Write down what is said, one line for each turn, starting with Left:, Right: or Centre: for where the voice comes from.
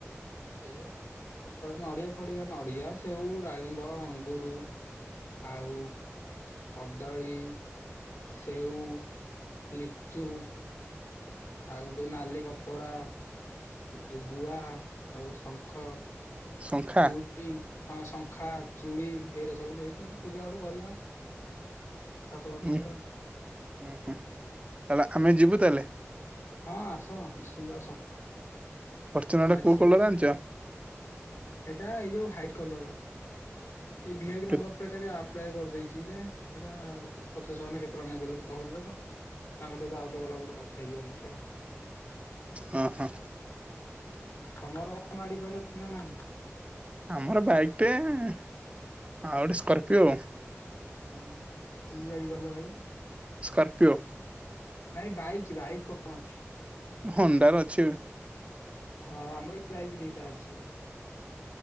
Left: ହେ ନଡିଆ ଫଡିଆ, ନଡିଆ, ସେଉ, ଡାଳିମ୍ବ, ଅଙ୍ଗୁରୁ ଆଉ। କଦଳୀ ସେଉ ଲିଚୁ। ଆଉ ଯୋଉ ନାଲି କପଡା। ଏଉ ଗୁଆ ଆଉ ଶଙ୍ଖ
Right: ଶଙ୍ଖା
Left: ଚୁଡ଼ି। ହଁ ଶଙ୍ଖା ଚୁଡି ଏଇରା ସବୁ ନେଇକି ଗୋଟେ ପୂଜା ଗୋଟେ କରିବା। ଠାକୁରଙ୍କ
Right: ଉଁ
Left: ପାଖରେ
Right: ହୁଁ
Left: ଆଉ
Right: ହୁଁ ହୁଁ ତାହେଲେ ଆମେ ଯିବୁ ତାହେଲେ।
Left: ହଁ ଆସ ନିଶ୍ଚିନ୍ତ ଆସ।
Right: ଫର୍ଚୁନର ଟା
Left: ଆସିବ
Right: କୋଉ କଲର ଆଣିଛ?
Left: ସେଇଟା ଏଇ ଯୋଉ ହ୍ୱାଇଟ୍ କଲର ର ଏଇ ଭି ଆଇ ପି
Right: କେତ
Left: ନମ୍ବର ପ୍ଲେଟ ଟା ବି ଆ ପ୍ଳାଏ କରିଦେଇଛି ରେ ଏଟା ପଚାଶ ହଜାର ନା କେତେ ଟଙ୍କା ନେବେ ବୋଲି କହୁଥିଲେ ତ। ତାଙ୍କ ସହିତ ଆଉ ଟିକେ ଭଲ ଭାବରେ କଥା ହେଇଯିବା ଦେଖିବା ଆଉ।
Right: ଓହୋ
Left: ତମର କଣ ଗାଡି ଫାଡି ଅଛି ନା ନାହିଁ?
Right: ଆମର ବାଇକ୍ ଟେ ଆଉ ଗୋଟେ ସ୍କର୍ପିଓ।
Left: ହୁଁ କି ଗାଡ଼ି କହିଲ ଭାଇ?
Right: ସ୍କର୍ପିଓ।
Left: ନାଇଁ ବାଇକ୍ ବାଇକ୍ କଣ ଅଛି?
Right: ହୋଣ୍ଡାର ଅଛି।
Left: ହଁ ଆମର ବି ବାଇକ୍ ଦିଟା ଅଛି।